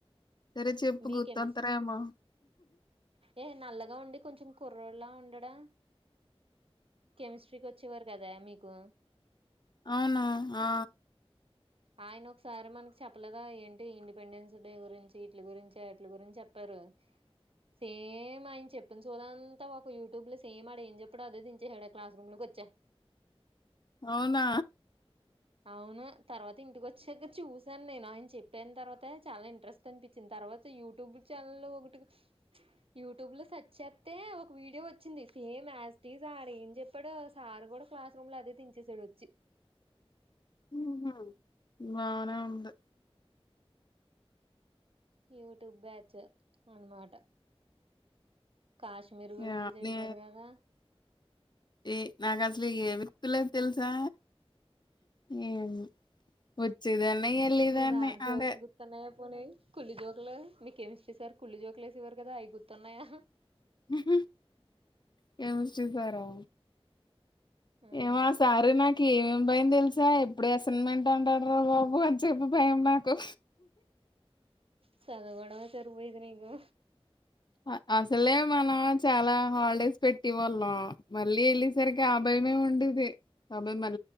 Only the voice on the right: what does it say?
మీ
కెమిస్ ఏ నల్లగా ఉండి కొంచెం కుర్రాడొలా ఉండడా కెమిస్ట్రీకి వచ్చేవరు కదా మీకు
ఆయన ఒకసారి మనకు చెప్పలేదా ఏంటి ఇండిపెండెన్స్ డే గురించి ఇట్లి గురించి అట్లి గురించి చెప్పారు సేమ్ ఆయన చెప్పిన సోదంతా ఒక యూట్యూబ్ లో సేమ్ ఆడ ఏం చెప్పాడో అదే దించేసాడు క్లాస్ రూమ్ లోకి వచ్చా
అవును తర్వాత్ ఇంటికి వచ్చాక చూసాను నేను ఆయన చెప్పిన తర్వాత చాలా ఇంట్రెస్ట్ అనిపించింది తర్వాత యూట్యూబ్ ఛానల్లో ఒకటి యూట్యూబ్ లో సర్చే అయితే ఒక వీడియో వచ్చింది సేమ్ ఆస్ స్టీస్ ఆడ ఏం చెప్పాడో సార్ కూడా క్లాస్ రూమ్ లో అదే దించేసాడు వచ్చి
యూట్యూబ్ బ్యాచు అనమాట కాశ్మీర్ గురించి
చెప్పాడు
గదా
మీ సార్ జోక్స్
గుర్తున్నాయా పోనీ కుళ్ళు జోకులు మీ కెమిస్ట్రీ సార్ కుళ్ళు జోకలు వేసేవారు కదా అవి గుర్తున్నాయా
ఉమ్
సదవడం సరి పోయేది నీకు